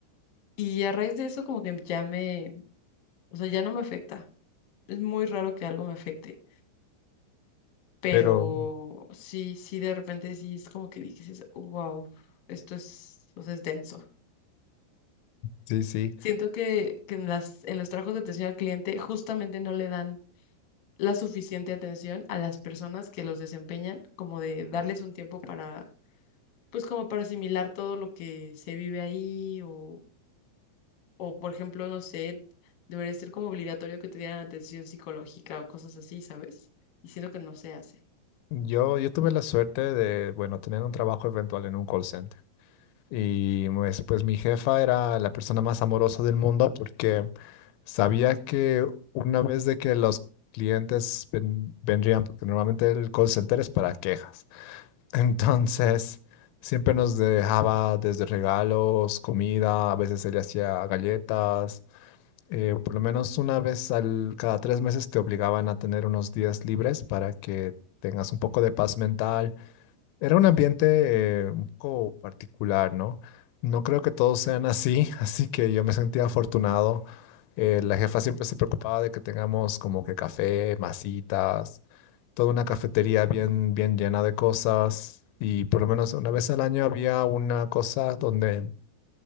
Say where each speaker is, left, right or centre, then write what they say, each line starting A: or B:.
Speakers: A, on the left; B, on the left.
A: Y a raíz de eso como que ya me, o sea, ya no me afecta. Es muy raro que algo me afecte. Pero
B: Pero
A: sí, sí, de repente sí es como que dices, wow, esto es, o sea, es denso.
B: sí, sí.
A: Siento que, que en las, en los trabajos de atención al cliente justamente no le dan la suficiente atención a las personas que los desempeñan, como de darles un tiempo para, pues como para asimilar todo lo que se vive ahí o, o por ejemplo, no sé, debería ser como obligatorio que te dieran atención psicológica o cosas así, ¿sabes? Y siento que no se hace.
B: Yo, yo tuve la suerte de, bueno, tener un trabajo eventual en un call center. Y pues, pues mi jefa era la persona más amorosa del mundo porque sabía que una vez de que los clientes ven- vendrían, porque normalmente el call center es para quejas. <laughs> Entonces, siempre nos dejaba desde regalos, comida, a veces ella hacía galletas eh, por lo menos una vez al, cada tres meses te obligaban a tener unos días libres para que tengas un poco de paz mental. Era un ambiente eh, un poco particular, ¿no? No creo que todos sean así, <laughs> así que yo me sentía afortunado. Eh, la jefa siempre se preocupaba de que tengamos como que café, masitas, toda una cafetería bien, bien llena de cosas. Y por lo menos una vez al año había una cosa donde